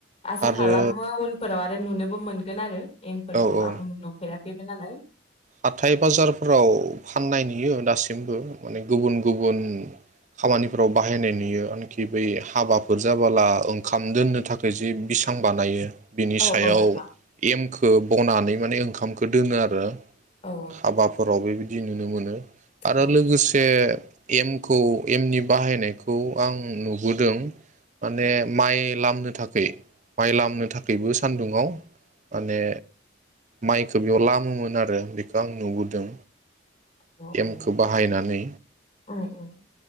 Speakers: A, on the left; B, on the right.
A: आसा
B: आरो
A: खालामो उनफोराव आरो नुनोबो मोनगोन आरो। एमफोरखौ
B: औ औ
A: आं नुफेराखैमोन नालाय।
B: हाथाय बाजारफ्राव फाननाय नुयो दासिमबो माने गुबुन गुबुन खामानिफ्राव बाहायनाय नुयो, आरोनखि बै हाबाफोर जाबोला ओंखाम दोननो थाखाय जि बिसां बानायो। बिनि
A: औ
B: सायाव
A: औ नोंथां
B: एमखौ बनानै माने ओंखाम खामखो दोनो आरो।
A: औ
B: हाबाफोराव बेबायदि। बिदि नुनो मोनो। आरो
A: औ
B: लोगोसे एमखौ एमनि बाहायनायखौ आं नुबोदों माने माइ लामनो थाखाय माइ लामनो थाखायबो सान्दुुंआव माने माइखौ बेयाव लामोमोन आरो। <unintelligible> बेखौ आं नुबोदों।
A: अ औ
B: एमखौ
A: उम
B: बाहायनानै
A: उम